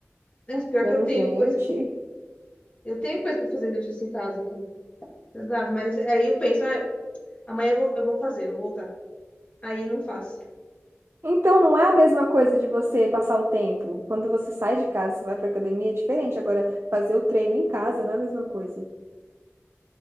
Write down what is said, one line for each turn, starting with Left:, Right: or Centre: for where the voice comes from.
Left: É, pior
Right: Vendo
Left: que eu tenho
Right: gente.
Left: coisa. Eu tenho coisa para fazer exercício em casa aqui. Eu dava, mas aí eu penso, ah, amanhã eu vou, eu vou fazer, eu vou voltar. Aí não faço.
Right: Então não é a mesma coisa de você passar o tempo. Quando você sai de casa, você vai pra academia, é diferente. Agora, fazer o treino em casa não é a mesma coisa.